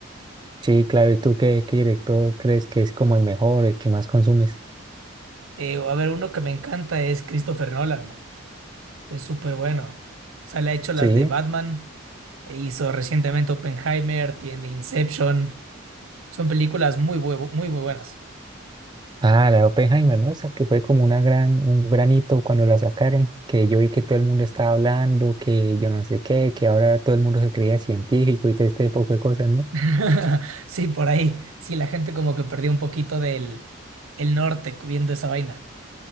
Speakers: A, on the right; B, on the right.
A: Sí, claro, ¿y tú qué, qué director crees que es como el mejor, el que más consumes?
B: Eh, a ver, uno que me encanta es Christopher Nolan. Es súper bueno. O sea, le ha hecho las
A: Sí.
B: de Batman, e hizo recientemente Oppenheimer, tiene Inception. Son películas muy, bue- muy, muy buenas.
A: Ah, la de Oppenheimer, ¿no? Esa que fue como una gran, un granito cuando la sacaron, que yo vi que todo el mundo estaba hablando, que yo no sé qué, que ahora todo el mundo se creía científico y todo este poco de cosas, ¿no?
B: <laughs> Sí, por ahí. Sí, la gente como que perdió un poquito del el norte viendo esa vaina.